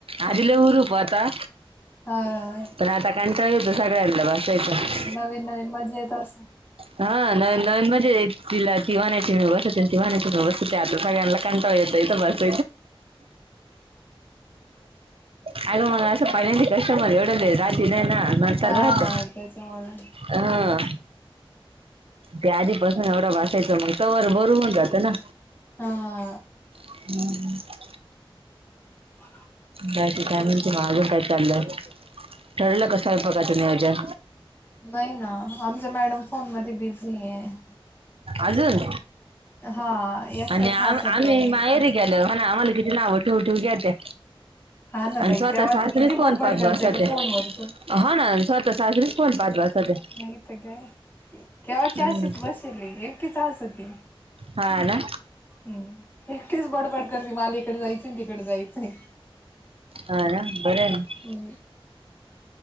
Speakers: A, on the right; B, on the left.
A: आधी लई हुरूप होता.
B: हा हा.
A: तर आता कंटाळा येतो सगळ्यांला बसायचं.
B: नवीन नवीन मजा येत असं.
A: हा न नवीन मजेत तिला ती म्हणायची मी बसते ती म्हणायची मी बस त्यात आता सगळ्यांना कंटाळा येतो इत बस आगं मंग अस पहिल्यानंदी. कस्टमर एवढ वेळ राहत नाही ना नंतर
B: हा
A: राहात
B: त्याच्यामुळे
A: हा त्या आधीपासून एवढं बसायचं मग तवर बर होऊन जातं ना.
B: हा.
A: हम्म हम्.
B: ह.
A: बाकी काय म्हणते मग अजून काय चालले ठरलं काय स्वयपाकाच नियोजन.
B: नाही ना आमच मॅडम फोन मध्ये बिझी आहे.
A: अजून.
B: हा एकटच
A: आणि आ्म्ही
B: हसत आहे
A: माहेरी
B: एकटच
A: गेलो आम्हाला किती नाव ठेवू ठेवू घ्याते
B: हा ना
A: आणि
B: बाई
A: स्वतः
B: तेव्हा
A: सासरी
B: किती
A: चा
B: बडबड
A: फोन करत
B: करते
A: बसते.
B: का फोन वरतून
A: हा ना सवतः सासरीच फोन पाहत बसत्यात.
B: नाही तर काय. केव्हा च
A: हम्म
B: अशीच बसली एकटीच हसती.
A: हा ना
B: हम एकटीच बडबड करते, मला इकडे जायचं तिकडे जायचंय.
A: हा ना बर आहे ना मग.
B: हो.